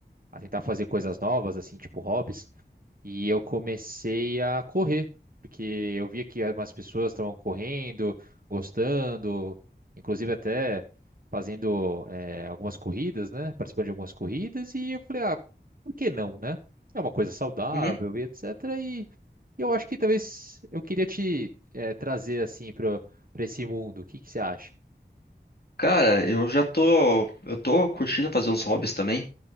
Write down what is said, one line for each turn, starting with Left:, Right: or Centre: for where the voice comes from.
Right: a tentar fazer coisas novas, assim, tipo hobbies. E eu comecei a correr, porque eu via que algumas pessoas estavam correndo, gostando, inclusive até fazendo eh, algumas corridas, né? Participando de algumas corridas, e eu falei, ah, por que não, né? É uma coisa saudável
Left: Uhum.
Right: e etc. E eu acho que talvez eu queria te eh, trazer assim para para esse mundo. O que que você acha?
Left: Cara, eu já tô. Eu tô curtindo fazer uns hobbies também,